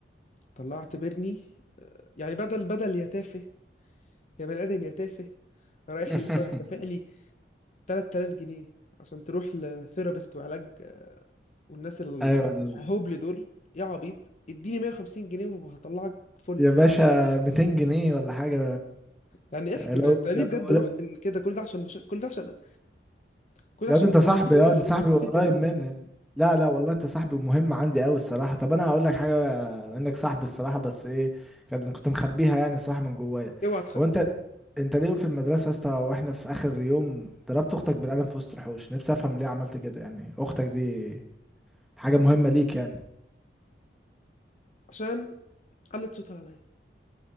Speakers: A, on the left; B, in the centre.
A: طلعت اعتبرني آه، يعني بدل بدل يا تافه يا بني آدم يا تافه رايح
B: <laughs>
A: لي المرة دافع لي 3000 جنيه عشان تروح لثيرابيست وعلاج آه، والناس
B: ايوه ال-
A: الهبل دول يا عبيط اديني 150 جنيه وهطلعك فلة
B: يا باشا 200 جنيه ولا حاجه
A: يعني احكي
B: لو
A: بقى انت ليه
B: لو
A: بجد رحت ال- كده كل ده عشان مش... كل ده عشان كل ده
B: يا
A: عشان
B: ده انت صاحبي
A: مشاكل
B: يا
A: ورث
B: ده انت صاحبي
A: ومشاكل
B: قريب
A: تمويل
B: مني يعني. لا لا والله انت صاحبي مهم عندي قوي الصراحه طب انا هقول لك حاجه بما انك صاحبي الصراحه بس ايه كان كنت مخبيها يعني الصراحه من جوايا
A: اوعى تخبي
B: هو انت انت ليه في المدرسه يا اسطى واحنا في اخر يوم ضربت اختك بالقلم في وسط الحوش نفسي افهم ليه عملت كده يعني اختك دي حاجه مهمه ليك يعني
A: عشان علت صوتها عليا